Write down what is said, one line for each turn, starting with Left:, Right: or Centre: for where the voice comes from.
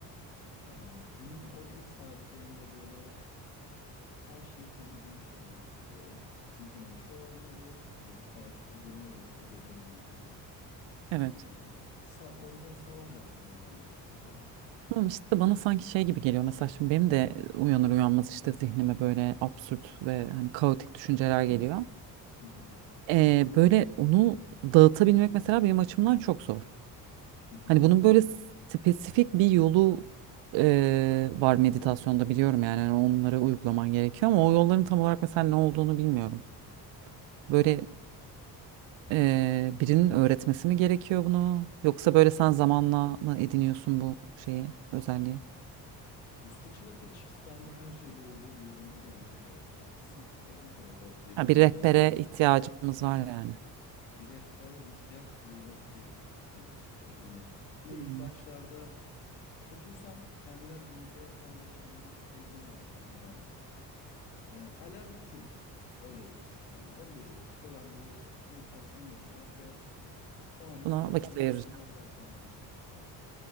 Left: Ee, günün o ilk saatlerinde böyle her şeyi temizlemiş gibi hissediyorum. Zihnime bir şeyler geliyor. Böyle bir kaotik bir durum oluşuyor beden uyandığında.
Right: Evet.
Left: Ee, sa- o yüzden sabah yapmaya özen gösteriyorum.
Right: Tamam işte bana sanki şey gibi geliyor mesela şimdi benim de uyanır uyanmaz işte zihnime böyle absürt ve hani kaotik düşünceler geliyor.
Left: Hı hı.
Right: Ee, böyle onu dağıtabilmek mesela benim açımdan çok zor.
Left: Hı hı.
Right: Hani bunun böyle spesifik bir yolu e, var meditasyonda biliyorum yani hani onları uygulaman gerekiyor ama o yolların tam olarak mesela ne olduğunu bilmiyorum. Böyle e, birinin öğretmesi mi gerekiyor bunu yoksa böyle sen zamanla mı ediniyorsun bu şeyi özelliği?
Left: Usta çırak ilişkisi bence her şeyde olduğu gibi bunda da önemli. Evet haklısın. Yani orada birinin
Right: Ha, bir rehbere
Left: öne
Right: ihtiyacımız var yani.
Left: bir rehbere ihtiyaç duyulabilir demek istiyorum. Hani ama
Right: Hmm.
Left: ilk başlarda Otursan kendine günde 15-20 dakika izin versen yani e, alarm kur. Öyle otur. Yani 15 dakika ben bu meditasyon yapacağım ve o anda
Right: Buna
Left: sadece
Right: vakit
Left: nefesime
Right: ayıracağım.
Left: odaklanmaya çalışacağım.